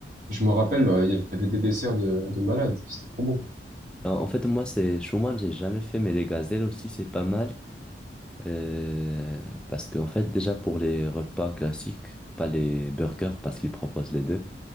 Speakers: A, on the right; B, in the centre.
A: Je me rappelle, euh, il y avait des desserts de, de malades, c'était trop bon.
B: En en fait, moi, c'est Chouman, j'ai jamais fait, mais les gazelles aussi, c'est pas mal. Euh, parce qu'en fait, déjà pour les repas classiques, pas les burgers, parce qu'ils proposent les deux,